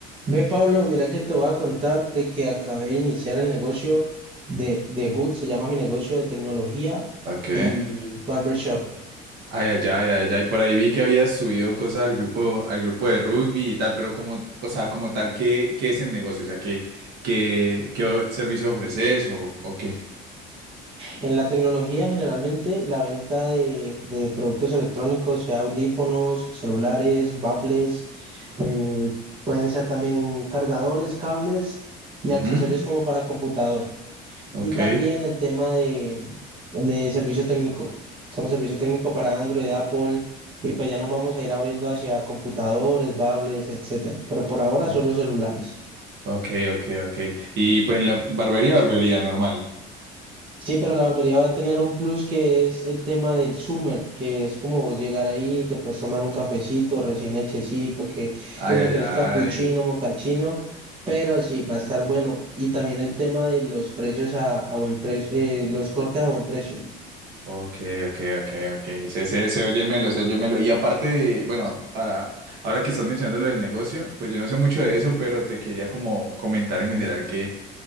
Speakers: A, on the right; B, on the right.
A: Ve, Pablo, mira que te voy a contar de que acabé de iniciar el negocio de, de Hood, se llama mi negocio de tecnología
B: Ok.
A: y barbershop.
B: Ay, ay, ay, ay, ay. Por ahí vi que habías subido cosas al grupo, al grupo de rugby y tal, pero como, o sea, como tal, ¿qué, qué es el negocio? O sea, ¿qué, qué, qué o- servicio ofreces o, o qué?
A: En la tecnología, generalmente, la venta de, de productos electrónicos, sea audífonos, celulares, baffles, eh, pueden ser también cargadores, cables y
B: Ujú.
A: accesorios como para computador.
B: Ok.
A: Y también el tema de, de servicio técnico. Somos servicio técnico para Android, Apple, y pues ya nos vamos a ir abriendo hacia computadores, tablets, etcétera. Pero por ahora
B: Ah,
A: solo celulares.
B: Ok, ok, ok. Y pues en la barbería, barbería, normal.
A: Sí, pero la barbería va a tener un plus que es el tema del Summer, que es como vos llegar ahí, te puedes tomar un cafecito recién hechecito, que,
B: Ay,
A: que si lo
B: ay,
A: querés
B: ay.
A: capuchino, mocachino, pero sí, va a estar bueno. Y también el tema de los precios a, a buen precio, eh, los cortes a buen precio.
B: Ok, ok, ok, ok. Se, se, se oye melo, se oye melo. Y aparte de, bueno, ah, ahora que estás mencionando lo del negocio, pues yo no sé mucho de eso, pero te quería como comentar en general que,